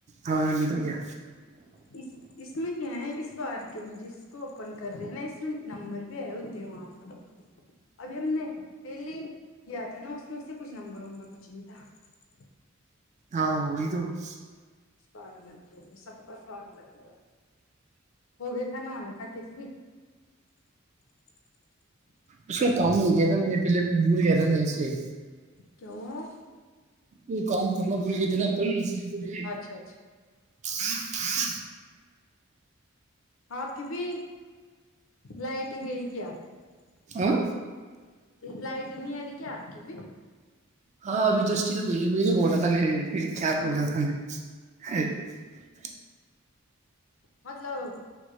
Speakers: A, on the right; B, on the left.
A: ہاں نہیں تو کیا
B: اس اس میں کیا ہیں اس بار <unintelligible> کہ جس کو <unintelligible> اپن کر رہے ہیں نا اس <unintelligible> نمبر بھی آئے ہوتے ہیں وہاں کا ابھی ہم نے <unintelligible> پہلی یا تھا نو <unintelligible> ویسے کچھ نمبر ومبر کچھ انتا <unintelligible>
A: ہاں ا تو <unintelligible>
B: سارا لگ لو گ سب کا سوارا لگ رہا ہے ہوگئے کھان آناا کھا کے پری <unintelligible>
A: اس کا کام د کیایا تھا میں نے پہلے م دور گیا تھا ن اس لیے <unintelligible>
B: کیوں ہے <unintelligible>
A: وہ کام کرنا بھول کےئے تھ نا پہ سے <unintelligible> جے <inaudible> <unintelligible> جی
B: اچھا اچھا
A: جی <inaudible> <unintelligible>
B: آپ کی بھی لائٹ گئی کیا آپ <unintelligible>
A: آ <unintelligible> <unintelligible>
B: لائٹ نہیں آ رہی کیا آپ کی بھی <unintelligible>
A: ہاں ابھی جسٹی تو گئی ہے وہی تو بول رہا تھا میںیرے <unintelligible> پھر کیا
B: ہاں
A: بول رہا تھا میں <unintelligible>
B: مطلب